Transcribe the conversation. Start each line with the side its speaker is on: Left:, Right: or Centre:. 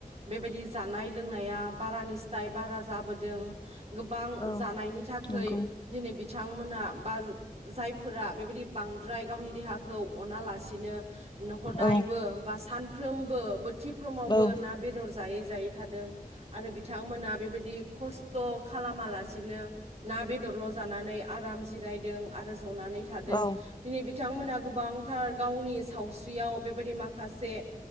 Right: बेबायदि जानाय लोंनाया बारानि साय बारा जाबोदों गोबां
Left: औ
Right: जानायनि थाखाय
Left: नंगौ
Right: दिनै बिथांमोना बा जायफोरा बेबायदि बांद्राय गावनि देहाखौ अना लासिनो न हदायबो
Left: औ
Right: बा सानफ्रोमबो बोथिफ्रोमावबो
Left: औ
Right: ना बेदर जायै जायै थादों बिथांमोना बेबायदि खस्थ' खालामालासिनो ना बेदरल' जानानै आराम जिरायदों आरो जनानै थादों
Left: औ
Right: दिनै बिथांमोना गोबांथार गावनि सावस्रियाव बेबायदि माखासे